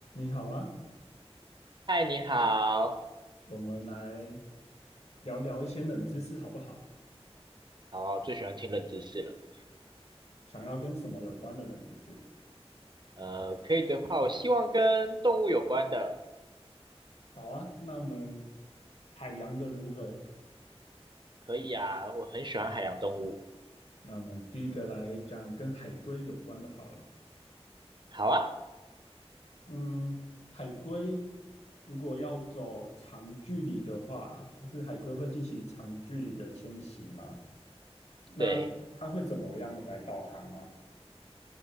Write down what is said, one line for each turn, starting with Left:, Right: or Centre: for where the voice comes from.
Left: 你好啊，
Right: 嗨，你好，
Left: 我们来聊聊一些冷知识好不好？
Right: 好啊，我最喜欢听冷知识了。
Left: 想要跟什么有关的冷知识？
Right: 呃，可以的话，我希望跟动物有关的，
Left: 好啊，那我们海洋的如何？
Right: 可以啊，我很喜欢海洋动物。
Left: 那我们第一个来讲跟海龟有关的好了。
Right: 好啊，
Left: 嗯，海龟如果要走长距离的话，像是海龟会进行长距离的迁徙吗？那它会怎么样来导航啊？
Right: 对，